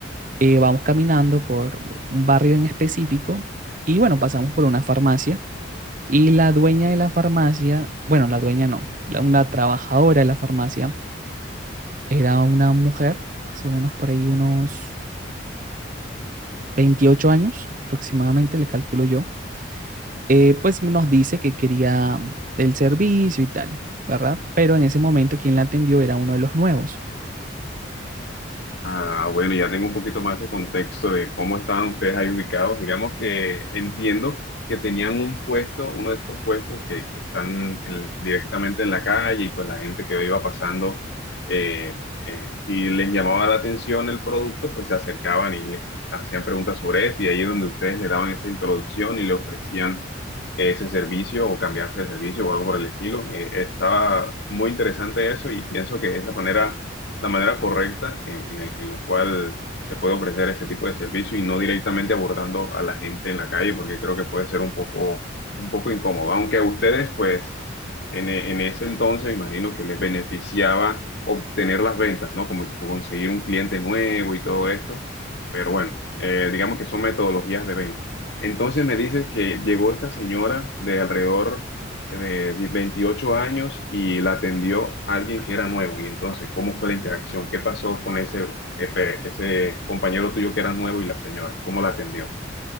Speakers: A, on the right; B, on the left.
A: eh, vamos caminando por un barrio en específico y bueno, pasamos por una farmacia y la dueña de la farmacia, bueno, la dueña no, la, la trabajadora de la farmacia era una mujer, más o menos por ahí unos 28 años aproximadamente, le calculo yo, eh, pues nos dice que quería el servicio y tal, ¿verdad? Pero en ese momento quien la atendió era uno de los nuevos.
B: Ah, bueno, ya tengo un poquito más de contexto de cómo estaban ustedes ahí ubicados. Digamos que entiendo que tenían un puesto, uno de estos puestos que, que están en- directamente en la calle y pues la gente que iba pasando, eh, eh, si les llamaba la atención el producto, pues se acercaban y les hacían preguntas sobre esto y ahí es donde ustedes le daban esa introducción y le ofrecían ese servicio o cambiarse de servicio o algo por el estilo. Eh, estaba muy interesante eso y pienso que es la manera la manera correcta en, en el- en lo cual se puede ofrecer ese tipo de servicio y no directamente abordando a la gente en la calle, porque creo que puede ser un poco, un poco incómodo. Aunque a ustedes, pues, en, e- en ese entonces, me imagino que les beneficiaba obtener las ventas, ¿no? Como que conseguir un cliente nuevo y todo esto. Pero bueno, eh, digamos que son metodologías de venta. Entonces me dices que llegó esta señora de alrededor de 28 años y la atendió alguien que era nuevo. Y entonces, ¿cómo fue la interacción? ¿Qué pasó con ese, eh, pe- ese compañero tuyo que era nuevo y la señora? ¿Cómo la atendió?